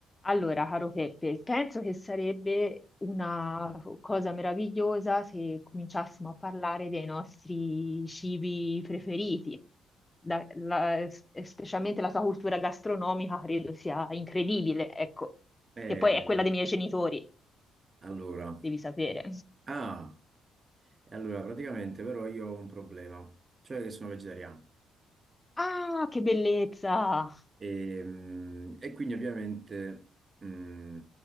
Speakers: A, on the left; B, on the right.
A: Allora, caro Peppe, penso che sarebbe una cosa meravigliosa se cominciassimo a parlare dei nostri cibi preferiti. Da- la- s- specialmente la tua cultura gastronomica credo sia incredibile, ecco,
B: Eh,
A: che poi è quella dei miei genitori,
B: allora,
A: devi sapere.
B: ah, e allora praticamente però io ho un problema, cioè che sono vegetariano
A: Ah, che bellezza!
B: e, mm, e quindi ovviamente mm,